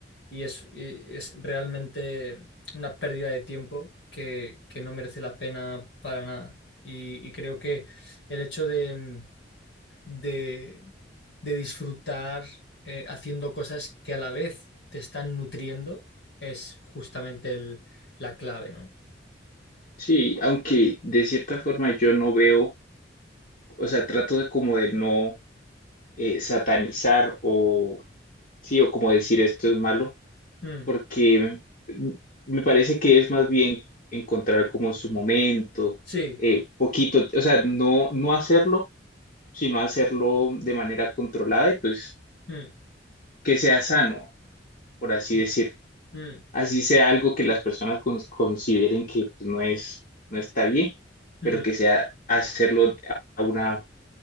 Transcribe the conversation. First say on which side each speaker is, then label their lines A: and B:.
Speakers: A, on the left; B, on the left.
A: y es, y es realmente una pérdida de tiempo que, que no merece la pena para nada. Y, y creo que el hecho de, mm, de, de disfrutar eh, haciendo cosas que a la vez te están nutriendo es justamente el- la clave, ¿no?
B: Sí, aunque de cierta forma yo no veo, o sea, trato de como de no eh, satanizar o sí, o como decir esto es malo,
A: Mm,
B: porque mm, me parece que es más bien encontrar como su momento,
A: sí.
B: eh, poquito, o sea, no, no hacerlo, sino hacerlo de manera controlada y pues
A: Mm,
B: que sea sano, por así
A: mm,
B: decir.
A: mm,
B: Así sea algo que las personas cons- consideren que pues, no es, no está bien,
A: mm.
B: pero que sea hacerlo a una